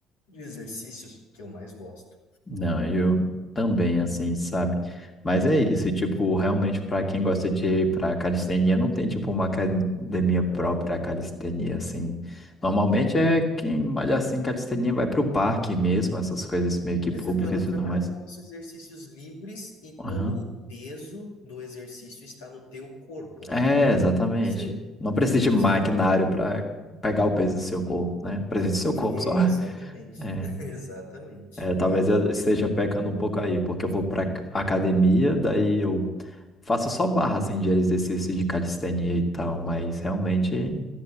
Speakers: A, on the left; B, on the left.
A: de exercícios que eu mais gosto.
B: Não, eu também, assim, sabe? Mas é isso, tipo, realmente, para quem gosta de ir pra calistenia, não tem, tipo, uma academia própria a calistenia, assim. Normalmente é quem malha assim calistenia vai pro parque mesmo, essas coisas meio que
A: Exato,
B: públicas
A: ela
B: e
A: trabalha
B: tudo mais.
A: com os exercícios livres e
B: Aham.
A: todo o peso do exercício está no teu corpo, né?
B: É,
A: Então, por
B: exatamente.
A: exemplo, você,
B: Não precisa de
A: você
B: maquinário
A: vai...
B: para pegar o peso do seu corpo, né? Precisa do seu corpo
A: Exatamente,
B: só. <laughs> É,
A: <laughs> exatamente.
B: é, talvez
A: E, tipo,
B: eu esteja pecando um pouco aí, porque eu vou para academia, daí eu faço só barra assim de exercício de calistenia e tal, mas realmente